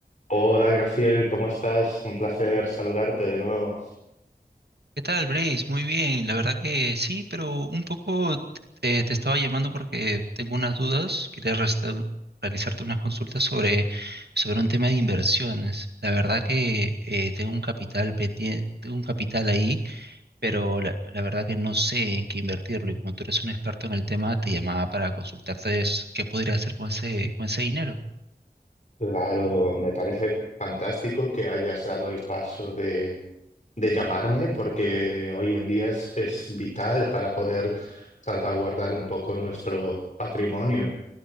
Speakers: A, on the left; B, on the right.
A: Hola Graciel, ¿cómo estás? Un placer saludarte de nuevo.
B: ¿Qué tal, Brace? Muy bien, la verdad que sí, pero un poco eh, te estaba llamando porque tengo unas dudas. Quería resta- realizarte unas consultas sobre, sobre un tema de inversiones. La verdad que eh, tengo un capital pendien- tengo un capital ahí, pero la, la verdad que no sé en qué invertirlo. Y como tú eres un experto en el tema, te llamaba para consultarte es qué podría hacer con ese, con ese dinero.
A: Claro, me parece fantástico que hayas dado el paso de, de llamarme porque hoy en día es, es vital para poder salvaguardar un poco nuestro patrimonio.